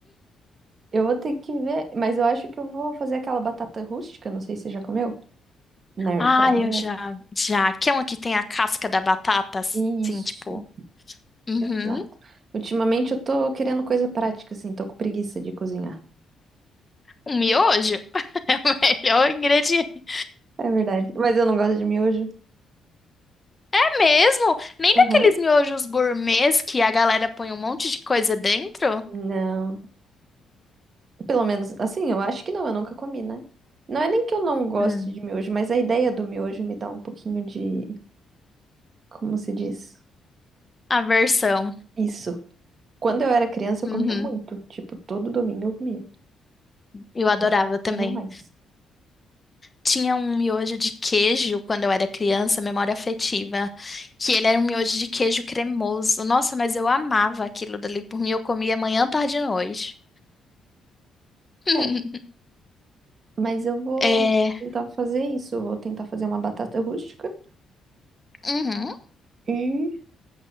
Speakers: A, on the right (about 45°); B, on the left (about 25°).
A: Eu vou ter que ver, mas eu acho que eu vou fazer aquela batata rústica, não sei se você já comeu. Na
B: Ah,
A: air fryer.
B: eu já, já. Que é uma que tem a casca da batata, assim,
A: Isso,
B: tipo. Uhum.
A: exato. Ultimamente eu tô querendo coisa prática, assim, tô com preguiça de cozinhar.
B: Um miojo <laughs> é o melhor ingrediente.
A: É verdade. Mas eu não gosto de miojo.
B: É mesmo? Nem
A: Aham.
B: daqueles miojos gourmets que a galera põe um monte de coisa dentro?
A: Não. Pelo menos, assim, eu acho que não, eu nunca comi, né? Não é nem que eu não goste
B: Hum,
A: de miojo, mas a ideia do miojo me dá um pouquinho de, como se diz?
B: a versão.
A: Isso. Quando eu era criança,
B: Uhum.
A: eu comia muito. Tipo, todo domingo eu comia.
B: Eu adorava
A: Hoje em
B: também.
A: dia não mais.
B: Tinha um miojo de queijo quando eu era criança, memória afetiva, que ele era um miojo de queijo cremoso. Nossa, mas eu amava aquilo dali. Por mim, eu comia manhã, tarde e noite. <laughs>
A: É, mas eu vou
B: É.
A: tentar fazer isso. Eu vou tentar fazer uma batata rústica
B: Uhum.
A: e